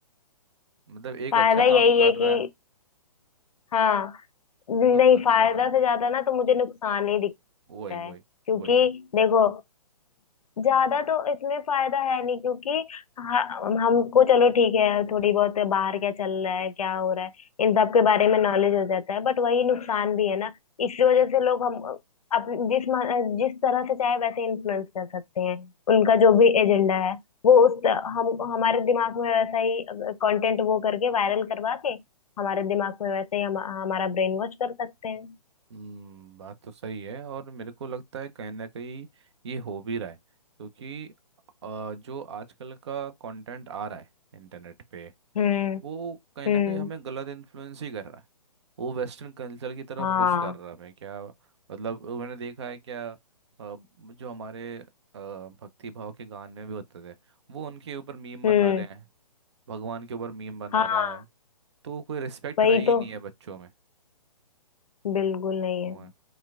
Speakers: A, on the right; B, on the left.
A: मतलब एक
B: फायदा
A: अच्छा
B: यही
A: काम कर
B: है
A: रहा
B: कि
A: है
B: हाँ नहीं
A: बस दस
B: फायदा
A: में कर रहा है
B: से ज्यादा ना तो मुझे नुकसान ही दिखता
A: वही
B: है
A: वही
B: क्योंकि
A: वही
B: देखो ज्यादा तो इसमें फायदा है नहीं क्योंकि ह- हमको चलो ठीक है थोड़ी बहुत बाहर क्या चल रहा है क्या हो रहा है इन सब के बारे में नॉलेज हो जाता है बट वही नुकसान भी है ना इसी वजह से लोग हम अप, जिस म- जिस तरह से चाहे वैसे इन्फ्लुएंस कर सकते हैं उनका जो भी एजेंडा है वो उस त- हम हमारे दिमाग में वैसा ही कंटेंट वो करके वायरल करवा के हमारे दिमाग में वैसे ही हम, हमारा ब्रेन वॉश कर सकते हैं
A: हम्म बात तो सही है और मेरे को लगता है कहीं ना कहीं ये हो भी रहा है क्योंकि अ, जो आजकल का कंटेंट आ रहा है इंटरनेट पे
B: हम्म
A: वो कहीं
B: हम्म
A: ना कहीं हमें गलत इन्फ्लुएंस ही कर रहा है वो वेस्टर्न कल्चर की तरफ
B: हाँ
A: पुश कर रहा है हमें क्या मतलब मैंने देखा है क्या अ, जो हमारे अ, भक्ति भाव के गाने भी होते थे वो उनके ऊपर मीम बना
B: हम्म
A: रहे हैं भगवान के ऊपर मीम बना
B: हाँ
A: रहे हैं तो कोई रिस्पेक्ट
B: वही
A: रही ही
B: तो
A: नहीं है बच्चों
B: बिल्कुल नहीं है
A: में